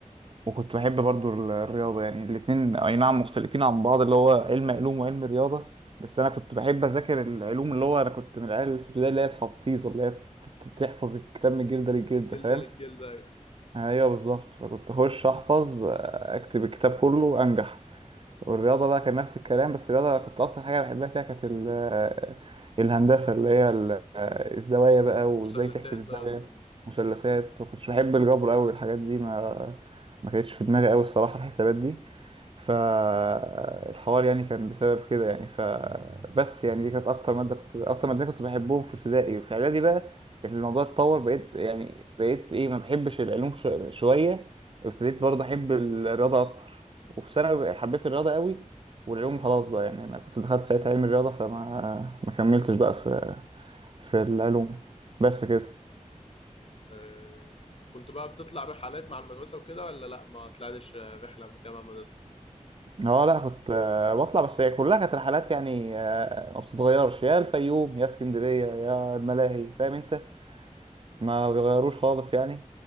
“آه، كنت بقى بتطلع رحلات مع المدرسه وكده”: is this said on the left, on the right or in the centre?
Left